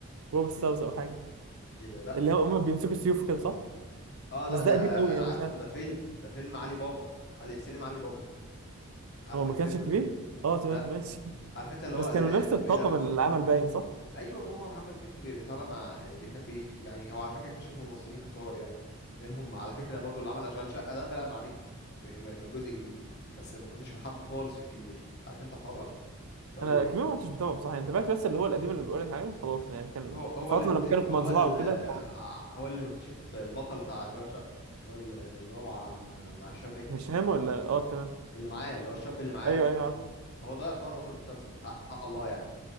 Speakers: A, on the right (about 75°); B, on the left (about 45°).
A: بوب ستارز
B: ايه
A: او حاجه
B: ايه ده لا
A: اللي
B: كان
A: هم
B: فاهم
A: بيمسكوا السيوف وكده صح؟
B: اه لا
A: بس ده
B: ده
A: قديم قوي
B: انا
A: يعني
B: عارفه
A: مش عارف
B: ده فيلم ده فيلم علي بابا علي سينما علي بابا عارف
A: هو ما
B: الفيلم
A: كانش كبير
B: ده
A: اه تمام
B: لا
A: ماشي
B: عارف انت اللي
A: بس
B: هو اللي
A: كانوا نفس الطاقم
B: لو
A: العمل باين صح
B: ايوه ما هو محمد مكي بي- طالع مع يعني بيحب يكش... يعني هو على فكره اكتشف ممثلين كتار يعني منهم على فكره برضو اللي عمل اشغال شقه ده طلع مع مكي في في الجزء الجديد بس ما كنتش بحبه خالص في الكبير عارف انت الحوار ده اللي هو
A: انا الكبير
B: ال-
A: ما كنتش بتابعه بصراحه يعني تابعت بس اللي هو القديم اللي بقول لك عليه وخلاص يعني كان
B: هو هو
A: فتره
B: اللي مكت...
A: لما كانوا في
B: هو
A: مزرعه
B: ال...
A: وكده ف-
B: ع- هو اللي مكتشف البطل بتاع اشغال شقه اللي هو ال- اللي هو مع مع هشام ماجد
A: هشام
B: مش-
A: ولا اه تمام
B: اللي معاه اللي هو الشاب اللي معاه
A: ايوه ايوه عارف
B: ما هو ده يعتبر بطل المسلسل حق حق الله يعني